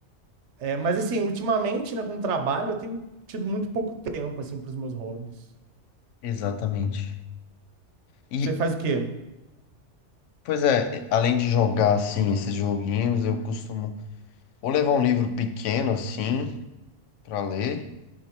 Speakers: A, on the right (about 75°); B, on the left (about 85°).
A: É, mas assim, ultimamente, né, com o trabalho, eu tenho tido muito pouco tempo, assim, para os meus hobbies.
B: Exatamente. E,
A: Você faz o quê?
B: pois é, além de jogar, assim, esses joguinhos, eu costumo ou levar um livro pequeno, assim, pra ler.